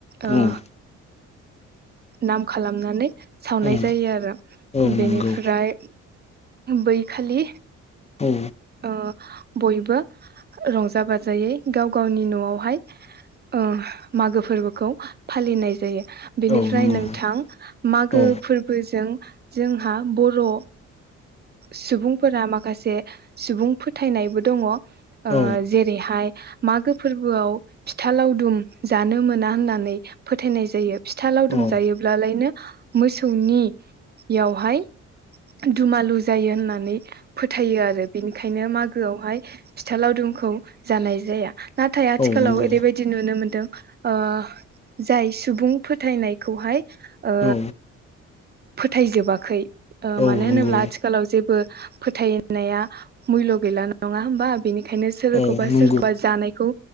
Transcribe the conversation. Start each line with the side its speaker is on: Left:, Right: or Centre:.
Right: ओ
Left: उम
Right: नाम खालामनानै सावनाय
Left: उम
Right: जायो आरो
Left: औ
Right: बेनिफ्राय
Left: नंगौ
Right: बै खालि
Left: औ
Right: ओ बयबो रंजा बाजायै गाव-गावनि नआवहाय ओ मागो फोरबोखौ फालिनाय जायो बिनि
Left: औ
Right: फ्राय
Left: नंगौ
Right: नोंथां। मागो
Left: औ
Right: फोरबोजों जोंहा बर' सुबुंफोरा माखासे सुबुं फोथायनायबो दङ ओ
Left: औ
Right: जेरैहाय मागो फोरबोआव फिथा लावदुम जानो मोना होननानै फोथायनाय जायो फिथा लावदुम
Left: औ
Right: जायोब्लालायनो मोसौनि यावहाय दुमालु जायो होननानै फोथायो आरो बिनिखायनो मागोआवहाय फिथा लावदुमखौ जानाय जाया ना थाय आथिखालाव
Left: औ नंगौ
Right: ओरैबायदि नुनो मोन दों ओ जाय सुबुं फोथायनायखौहाय ओ
Left: औ
Right: फोथायजोबाखै ओ
Left: औ
Right: मानो
Left: नंगौ
Right: होनोब्ला थिखालाव जेबो फोथायनाया मुयल गैला नङा होमबा बिनि खायनो सोरखौबा
Left: औ नंगौ
Right: सोरखौबा जानायखौ